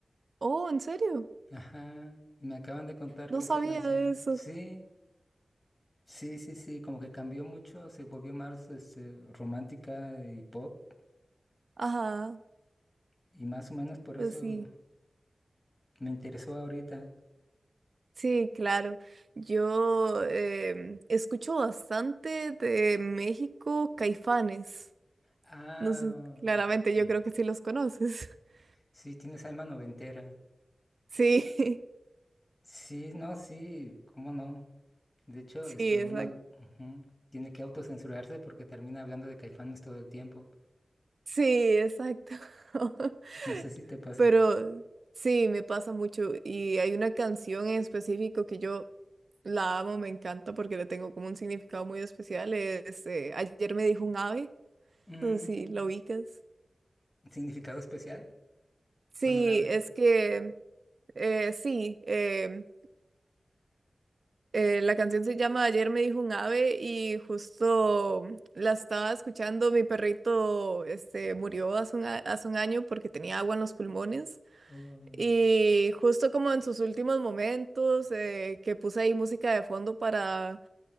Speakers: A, on the right; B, on the left.
A: Oh, ¿en serio?
B: Ajá, y me acaban de contar
A: No
B: que
A: sabía
B: esa canción,
A: de eso.
B: sí, sí, sí, sí, como que cambió mucho, se volvió más este, romántica y pop
A: Ajá,
B: y más o menos por
A: pues
B: eso
A: sí,
B: me interesó ahorita.
A: sí, claro. Yo em, escucho bastante de México Caifanes.
B: Ah,
A: No sé, claramente
B: ujú,
A: yo creo que sí los conoces. <laughs>
B: Sí, tienes alma noventera.
A: Sí, <laughs>
B: Sí, no, sí, cómo no. De hecho,
A: sí,
B: este uno
A: exacto.
B: ujú, tiene que autocensurarse porque termina hablando de Caifanes todo el tiempo.
A: Sí, exacto. <laughs>
B: No sé si te pasa.
A: Pero sí, me pasa mucho. Y hay una canción en específico que yo la amo, me encanta porque le tengo como un significado muy especial. Es, eh, Ayer me dijo un ave.
B: Mm,
A: No sé si la ubicas.
B: ¿significado especial
A: Sí,
B: con un ave?
A: es que Eh, sí, eh, eh, la canción se llama Ayer me dijo un ave y justo mm, la estaba escuchando. Mi perrito este, murió hace un, a- hace un año porque tenía agua en los pulmones.
B: Oh,
A: Y justo como en sus últimos momentos, eh, que puse ahí música de fondo para